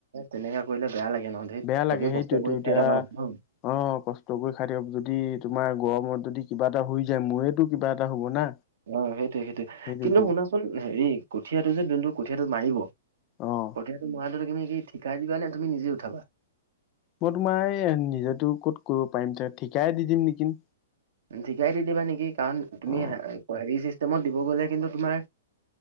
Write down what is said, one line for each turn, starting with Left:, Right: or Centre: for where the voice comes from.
Right: তেনেকা কৰিলে বেয়া লাগে নহ ধেই
Left: বেয়া লাগে
Right: চবেই
Left: সেইটোৱেতো
Right: কষ্ট কৰি
Left: এতিয়া
Right: খাই থকা মানুহ।
Left: অ কষ্ট কৰি খাই‌ দিয়ক যদি তোমাৰ গৰমত যদি কিবা এটা হৈ যায় মোয়তো কিবা এটা হব না,
Right: অ সেইটোৱে সেইটোৱে
Left: সেইটোতো
Right: কিন্তু শুনাচোন হেৰি কঠীয়াটো যে দিনটোোৰ কঠীয়াটো মাৰিব। কঠিয়টো
Left: অ
Right: মৰাটো তুমি কি ঠিকাই দিবা নে তুমি নিজে উঠাবা।
Left: মই তোমাৰ এই নিজেতো ক'ত কৰিব পাৰিম তে ঠিকাই দি দিম নেকি।
Right: ঠিকাই দি দিবা নেকি কাৰণ তুমি
Left: অ
Right: হেৰি চিষ্টেমত দিব গ'লে কিন্তু তোমাৰ।